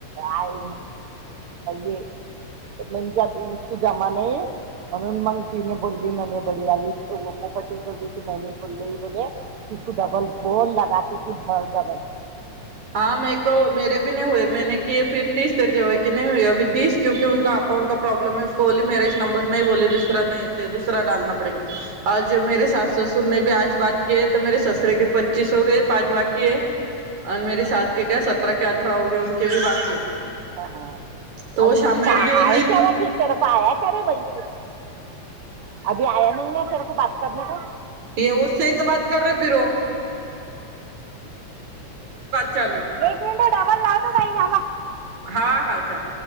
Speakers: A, on the right (about 60°); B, on the right (about 80°).
A: आय ये म्हक जमा नाही म्हणून मंगग तिने बोलली म बडी गली पोपटी बली ती मै बोलली बोलेुसक डबल बोल लगते की भ डबल
B: हा मेक मे भ नाही होय मैने क फि तीस तेरी जगळी नाही हई अी तीस क्यु कका अकाउंट का प्रॉब्लेम हैसको बोली मेरा इ नंबर नाही बोले दुसरा नाही ते दुसरा डना पडेगा आज ज मे सास ससरे आज बाात क आहे तर मेर ससरे के पच्चीस हो गय पाच बाकी ह आणि मेरी साास के क सत क अठरा होग बाकी
A: हाँ हाँ
B: त
A: अभी
B: शा
A: उसका
B: म अ
A: आए
B: दि
A: क्या वो फिर तेरे को आया क्या रे वैसे अभी आया नहीं ना तेरे को बात करने को
B: ये व बाात कर र फि चालू है
A: एक मिनट डबल लावतो तई जमा
B: हाँ हाँ अच्छा